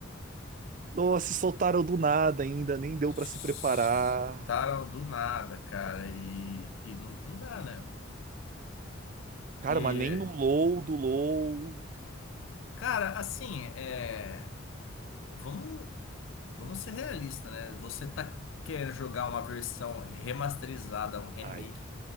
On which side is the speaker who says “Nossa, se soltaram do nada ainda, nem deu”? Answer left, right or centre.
Right